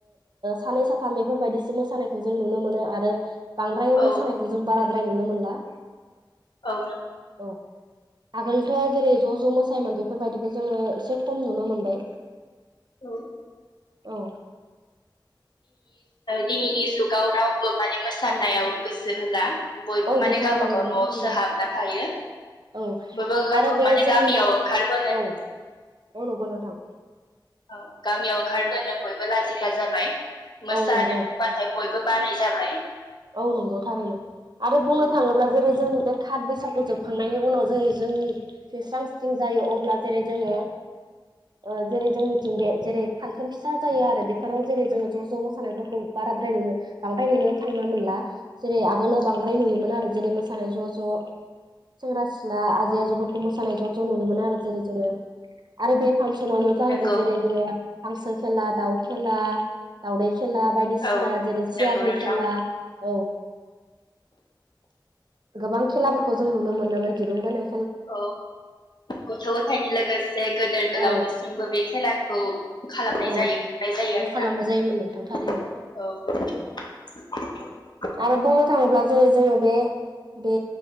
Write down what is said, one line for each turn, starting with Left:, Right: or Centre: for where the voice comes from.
Right: सानै साथाम बेफोरबायदिसो मोसानायखौ जों नुनो मोनो आरो बांद्राय
Left: औ
Right: मोसानायखौ जों बाराद्राय नुनो मोनला।
Left: औ।
Right: औ आगोलथ' जेरै ज' ज' मोसायोमोन बेफोरबायदिखौ जोङो एसे खम नुनो मोनबाय।
Left: औ।
Right: औ।
Left: दिनैनि जुगाव रावबो माने मोसानायाव गोसो होला बयबो
Right: औ
Left: माने
Right: गोसो
Left: गावबागाव
Right: होला नंगौ
Left: न'आवसोहाबना
Right: थारैनो
Left: थायो।
Right: औ
Left: बबेबा
Right: आरो बे
Left: माने
Right: जोंनि
Left: गामियाव ओंखारबोनो
Right: औ औ नंगौ नोंथां।
Left: औ गामियाव ओंखारबोनो बयबो लाजिग्रा जाबाय मोसानो
Right: औ नंगौ
Left: बाथाय बयबो बानाय जाबाय।
Right: औ नंगौ थारैनो आरो बुंनो
Left: औ
Right: थाङोब्ला जेरै जोंनि थाब बैसागु जोबखांनायनि उनाव जेरै जों स्रां स्रिं जायो अब्ला जेरै जोङो ओ जेरै जों मिथिं बे जेरै फांसन फिसा जायो आरो बेफोराव जेरै जोङो ज' ज' मोसानायफोरखौ बाराद्राय नुनो बांद्राय नुनो नुनो मोनला जेरै आगोलाव बांद्राय
Left: औ
Right: नुयोमोन आरो जेरै मोसानाय ज' ज' सेंग्रा सिला आजै
Left: औ
Right: आजौफोरखौ मोसानाय ज' ज' नुनो मोनो आरो जेरै जोङो आरो बे फांसनावनो जाहैबाय
Left: नंगौ
Right: जेरै जोङो हांसो खेला दाउ खेला दाावदै खेला बायदिसिना
Left: औ
Right: जेरै सियारनिे
Left: नंगौ नोंथां
Right: खेला औ गोबां खेलाफोरखौ जों नुनो मोनोमोन दिरुंबोनाय
Left: औ गथ' गथायनि लोगोसे गदोर गोलावथिसिमबो
Right: औ
Left: बे खेलाखौ खालामनाय
Right: औ
Left: जायो खुंनाय जायो आरो
Right: खालामनाय
Left: ना
Right: जायोमोन नोंथां थारैनो
Left: औ <inaudible> <unintelligible>
Right: आरो बुंनो थाङोब्ला जेरै जोङो बे बे